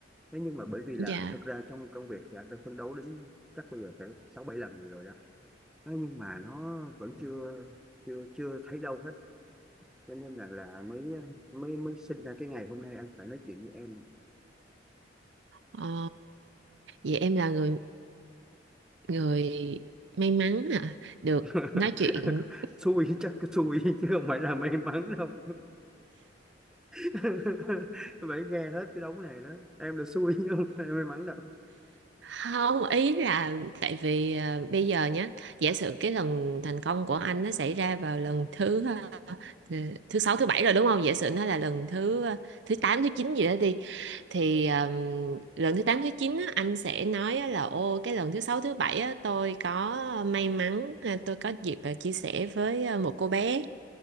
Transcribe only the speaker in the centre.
thế nhưng mà bởi vì là
thực ra trong công việc thì anh đã phấn đấu đến chắc bây giờ phải sáu bảy lần rồi đó thế nhưng mà nó vẫn chưa chưa chưa thấy đâu hết cho nên là là mới mới mới sinh ra cái ngày hôm nay anh phải nói chuyện với em
<laughs>
xui chắc cái xui chứ không phải là may mắn đâu <laughs> phải nghe hết cái đống này đó em là xui chứ không phải may mắn đâu